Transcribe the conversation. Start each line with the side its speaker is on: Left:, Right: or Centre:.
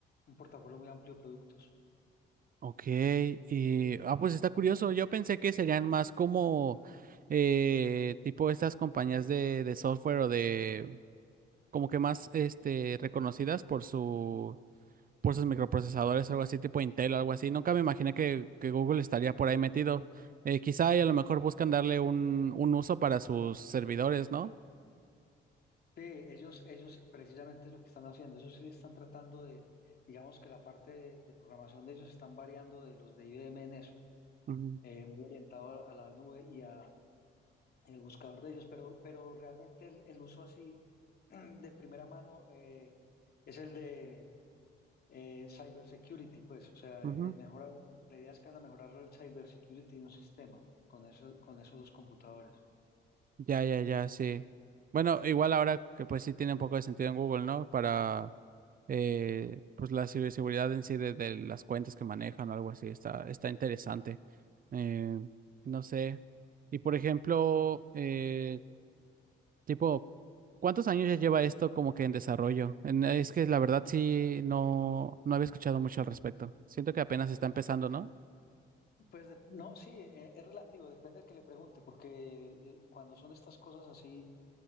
Left: un portafolio muy amplio de productos.
Right: Ok, y ah, pues está curioso. Yo pensé que serían más como eh, tipo estas compañías de, de software o de como que más este reconocidas por su por sus microprocesadores, algo así, tipo Intel, algo así. Nunca me imaginé que, que Google estaría por ahí metido. Eh, quizá y a lo mejor buscan darle un, un uso para sus servidores, ¿no?
Left: Sí, ellos, ellos precisamente es lo que están haciendo. Ellos sí están tratando de, digamos que la parte de, de programación de ellos están variando de los de IBM en eso,
Right: Ujú,
Left: eh, muy orientado a, a la nube y a el buscador de ellos, pero, pero realmente el, el uso así <clears throat> de primera mano eh, es el de eh, cybersecurity, pues, o sea,
Right: ujú.
Left: eh, mejora, la idea es que van a mejorar el cybersecurity de un sistema con eso, con esos dos computadores.
Right: Ya, ya, ya, sí. Bueno, igual ahora que pues sí tiene un poco de sentido en Google, ¿no? Para eh, pues la ciberseguridad en sí de, de las cuentas que manejan o algo así, está, está interesante. Eh, no sé. Y por ejemplo, eh, Tipo, ¿cuántos años ya lleva esto como que en desarrollo? En- es que la verdad sí, no, no había escuchado mucho al respecto. Siento que apenas está empezando, ¿no?
Left: Pues de- no, sí, eh, es relativo, depende del que le pregunte, porque eh, cuando son estas cosas así,